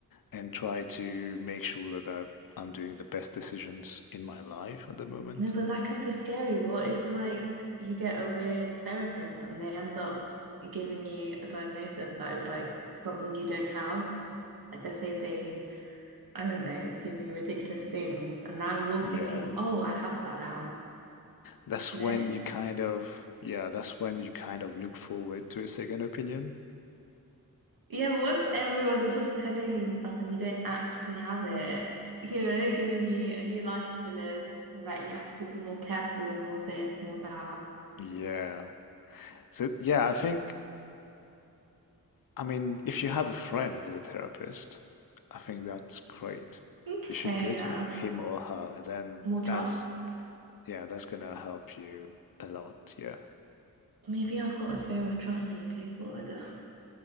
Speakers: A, on the left; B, on the right.
A: and try to make sure that I, I'm doing the best decisions in my life at the moment.
B: No, but that can be scary. What if like you get a weird therapist and they end up giving you a diagnosis that is like something you don't have? Like let's say they, I don't know, give you ridiculous things and now you're
A: Yeah,
B: thinking, oh, I have that now,
A: that's
B: you
A: when
B: know?
A: you kind of, yeah, that's when you kind of look forward to a second opinion.
B: Yeah, but what if everyone's just telling you stuff and you don't actually have it? You know, giving you a new life to live and that you have to be more careful, more this, more that.
A: Yeah. So, yeah, I think, I mean, if you have a friend who's a therapist, I think that's great.
B: Okay,
A: You should go
B: yeah.
A: to him or her. Then
B: More trust.
A: that's, yeah, that's gonna help you a lot. Yeah.
B: Maybe I've got a fear of trusting people. I don't,